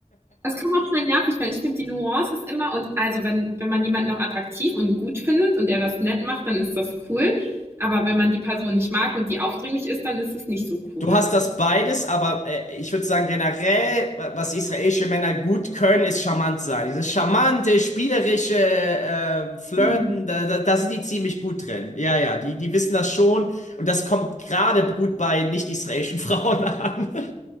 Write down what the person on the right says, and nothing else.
Das kann auch schön nervig werden. Ich finde, die Nuance ist immer, und also wenn, wenn man jemanden noch attraktiv und gut findet und er das nett macht, dann ist das cool. Aber wenn man die Person nicht mag und die aufdringlich ist, dann ist es nicht so cool.
Mhm.